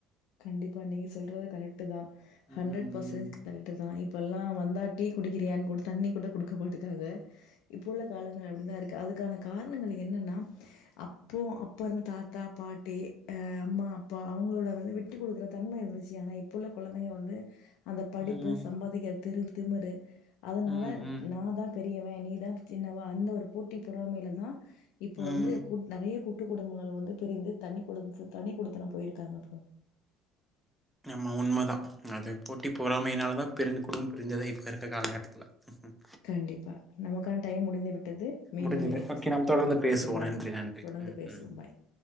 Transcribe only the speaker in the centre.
ம்
ம்
ம் ம்
ம்
ஆமா உண்மதா அது போட்டி பொறாமைனால தா பிருஞ்சு குடும் பிருஞ்சதே இப்ப இருக்க காலகட்டத்துல உம்
முடிஞ்சது
ஓகே
நம்ம தொடர்ந்து
பேசுவோம்
நன்றி நன்றி
ம்
ம்